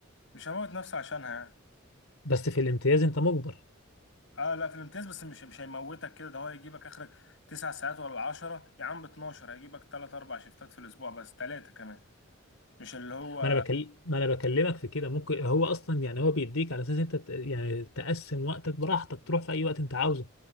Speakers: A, on the left (about 60°); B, on the left (about 85°).
A: مش هموت نفسه عشانها يعني
B: بس في الامتياز انت مجبر
A: اه لا في الامتياز بس مش مش هيموتك كده ده هو هيجيبك اخرك تسع ساعات ولا عشرة يا عم ب 12 هيجيبك تلات اربع شيفتات في الاسبوع بس تلاتة كمان مش اللي هو
B: ما انا بكل... ما انا بكلمك في كده ممكن هو اصلا يعني هو بيديك على اساس انت ت- يعني تقسم وقتك براحتك تروح في اي وقت انت عاوزه